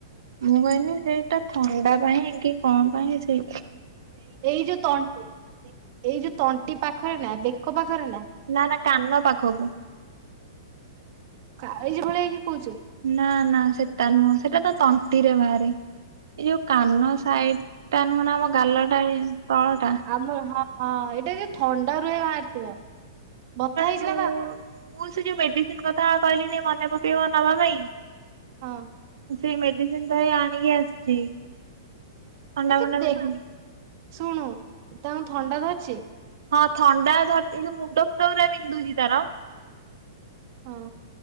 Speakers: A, on the right; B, on the right.
A: ମୁଁ କହଲି ସେଇଟା ଥଣ୍ଡା ପାଇଁ କି କଣ ପାଇଁ ସେଇଟା।
B: ଏଇ ଯୋଉ ତଣ୍ଟି ଏଇ ଯୋଉ ତଣ୍ଟି ପାଖରେ ନା ବେକ ପାଖରେ ନା।
A: ନା ନା କାନ ପାଖକୁ।
B: କାଜି ଭଳିଆଇକି କହୁଛୁ।
A: ନା ନା ସେଟା ନୁହଁ ସେଟା ତ ତଣ୍ଟିରେ ବାହାରି ଏଇ ଯୋଉ କାନ। ସାଇଟ ଟା ନୁହେଁ ନା ଆମ ଗାଲଟା ତଳ ଟା।
B: ଆମର ହଁ। ହଁ ଏଇଟା ଯ ଥଣ୍ଡା ରୁହେ ବାହାରିଥିବ। ବଥା ହେଇଛି
A: ମୁ
B: ନା ତା
A: ମୁଁ ସେ ଯୋଉ ମେଡିସିନ କଥା କହିଲି ମନେ ପକେଇବ ନବା ପାଇଁ।
B: ହଁ।
A: ସେଇ ମେଡିସିନ ତ ଆଣିକି ଆସିଛି। ଥଣ୍ଡା
B: ଏ ତୁ
A: ଫଣ୍ଡା
B: ଦେଖ
A: ମେଡିସିନ
B: ଶୁଣୁ ତା ଥଣ୍ଡା ତ ଅଛି।
A: ହଁ ଥଣ୍ଡା ଯୋଉ ମୁଣ୍ଡ ଫୁଣ୍ଡ ପୁରା ବିନ୍ଧୁଛି ତାର।
B: ହଁ